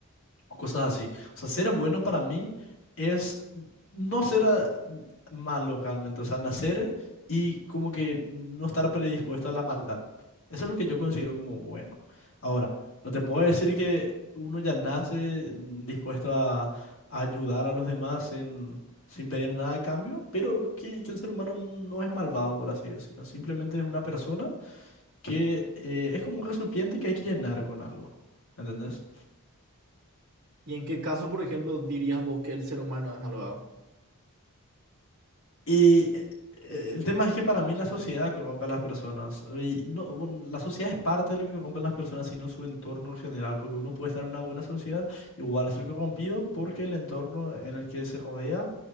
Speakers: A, on the left; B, on the right.
A: o cosas así. O sea, ser bueno para mí es no ser ah, malo realmente, o sea, nacer y como que no estar predispuesto a la maldad. Eso es lo que yo considero como bueno. Ahora, no te puedo decir que uno ya nace mm, dispuesto a, a ayudar a los demás sin, sin pedir nada a cambio, pero que, que el ser humano no es malvado, por así decirlo. Simplemente es una persona que eh, es como un recipiente que hay que llenar con algo. ¿Entendés?
B: ¿Y en qué caso, por ejemplo, dirías vos que el ser humano es malvado?
A: Y eh, eh, el tema es que para mí la sociedad corrompe a las personas. Y no, bueno, la sociedad es parte de lo que corrompen las personas, sino su entorno en general. Porque uno puede estar en una buena sociedad, igual ser corrompido, porque el entorno en el que se rodea